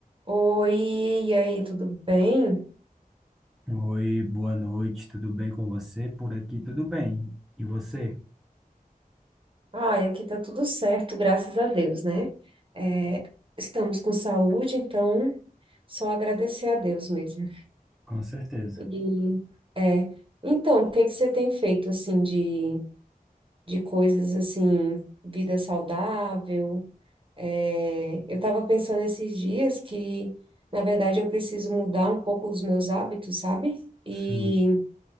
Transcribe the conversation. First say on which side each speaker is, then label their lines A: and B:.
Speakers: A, on the right; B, in the centre.
A: Oi, e aí, tudo bem?
B: Oi, boa noite, tudo bem com você? Por aqui tudo bem. E você?
A: Ai, aqui tá tudo certo, graças a Deus, né? É, estamos com saúde, então só agradecer a Deus mesmo.
B: Com certeza.
A: E, é, então, o que que você tem feito, assim, de, de coisas, assim, vida saudável? É, eu estava pensando esses dias que, na verdade, eu preciso mudar um pouco os meus hábitos, sabe? E
B: Sim.